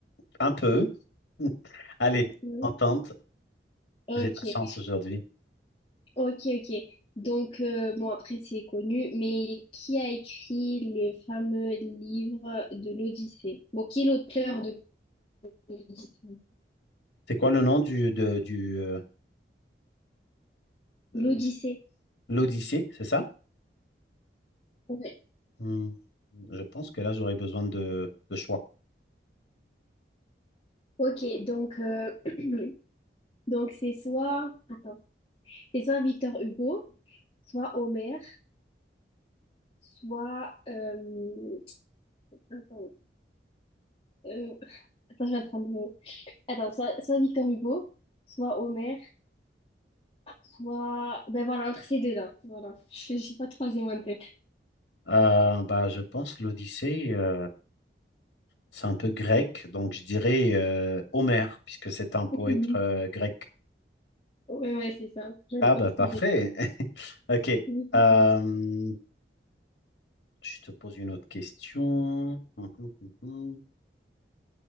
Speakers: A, on the left (about 70°); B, on the left (about 30°).
A: Un peu. <laughs> Allez,
B: Un peu.
A: entente,
B: Ok.
A: j'ai de la chance aujourd'hui.
B: Ok, ok. Donc, euh, bon, après, c'est connu, mais qui a écrit le fameux livre de l'Odyssée? Bon, qui est l'auteur de l'Odyssée?
A: C'est quoi le nom du, de, du, euh,
B: L'Odyssée.
A: euh, l'Odyssée, c'est ça?
B: Ouais.
A: Hmm, je pense que là, j'aurais besoin de, de choix.
B: Ok, donc, euh, <clears throat> donc c'est soit, attends, c'est soit Victor Hugo, soit Homère, soit, euh, attends, euh, attends, je vais attendre un peu. Attends, soit, soit Victor Hugo, soit Homère, soit, ben voilà, entre ces deux-là. Voilà, <laughs> je je sais pas de troisième en tête.
A: Euh, bah, je pense l'Odyssée, euh, c'est un peu grec, donc je dirais euh, Homère, puisque c'est un poète
B: <laughs>
A: euh, grec.
B: Ouais, ouais, c'est ça. J'avais
A: Ah
B: pas
A: bah
B: trop
A: parfait.
B: zéro.
A: <laughs> Ok.
B: Mais du
A: Euh, je te pose une autre question. Hum, hum, hum, hum.